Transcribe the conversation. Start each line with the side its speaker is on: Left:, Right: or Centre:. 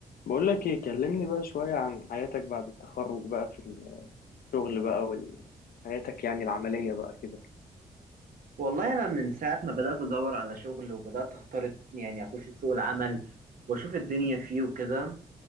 Left: بقول لك ايه كلمني بقى شوية عن حياتك بعد التخرج بقى في الشغل بقى وحياتك يعني العملية بقى كده
Right: والله انا من ساعه ما بدات ادور على شغل وبدات اختار يعني اخش سوق العمل واشوف الدنيا فيه وكده